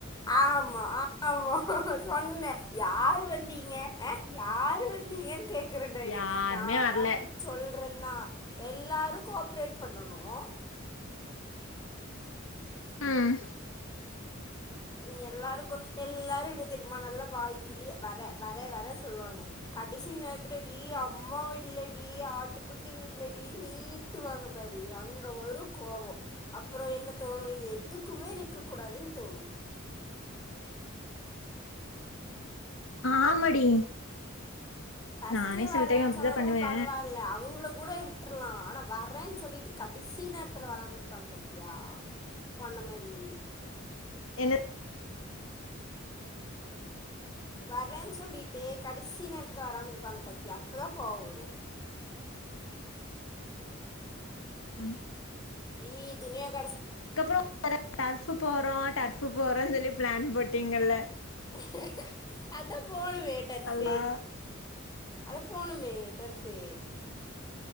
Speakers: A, on the left; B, on the left.
A: ஆமா ஆமா சொன்னே யார் வந்தீங்க யார் வந்தீங்கன்னு கேக்குறேன்
B: யாருமே
A: நான்
B: வரல
A: பாட்டுக்கு சொல்றேந்தான் எல்லாரும் கோஆப்ரேட் பண்ணணும்
B: ம்
A: உம் எல்லாருக்கும் எல்லாரும் எப்டி தெரியுமா நல்லா வாய்கிலியே வரேன் வரேன் சொல்லியே சொல்லுவாங்க கடைசி நேரத்துலடி அம்மா வில்லடி ஆட்டுக்குட்டி வில்லடி நீட்டுவாங்க பாரு அங்க ஒரு கோபம் அப்புறம் என்ன தோணும் இனி எதுக்குமே நிக்க கூடாதுன்னு தோணும்
B: ஆமாடி
A: பஸ்டே
B: நானே
A: வரலன்னு
B: சில டைம் அப்டித்தா
A: சொன்னா
B: பண்ணுவே
A: கூட பரவாயில்ல அவங்களுக்கு கூட விட்டுரலாம் ஆனா வர்ரேன்னு சொல்லிட்டு கடைசி நேரத்துல வராம இருப்பாங்க பத்தியா ஒன்ன மாரி
B: என்ன
A: வர்றேன்னு சொல்லிட்டு கடைசி நேரத்துல வராம இருப்பாங்க பாத்திய அப்பதான் கோவம் வரும்
B: உம்
A: நீயே <unintelligible>
B: அதுக்கப்புறம் டர்ஃபு போறோம் டர்ஃப் போறோன்னு சொல்லி பிளான் போட்டிங்கல்ல
A: உ அதான் போனும்மே டர்ஃப்
B: அல்லா
A: அத போணுமே டர்ஃபி